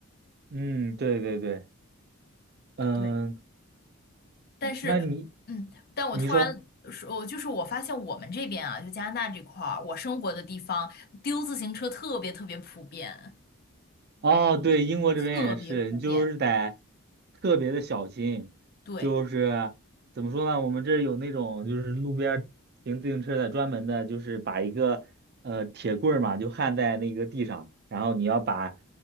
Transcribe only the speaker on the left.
对，但是嗯，
但我突然说，
我就是我发现我们这边啊，就加拿大这块儿，我生活的地方丢自行车特别特别普遍，
特别普遍。
对。